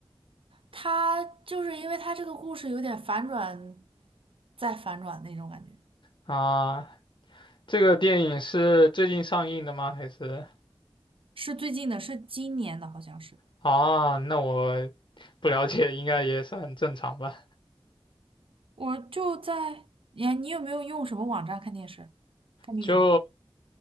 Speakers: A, on the right; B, on the left.
A: 它就是因为它这个故事有点反转，再反转那种感觉。
B: 啊。这个电影是最近上映的吗？还是
A: 是最近的，是今年的，好像是。
B: 啊？那我不了解，应该也算正常吧。
A: 我就在，你你有没有用什么网站看电视、看电影？
B: 就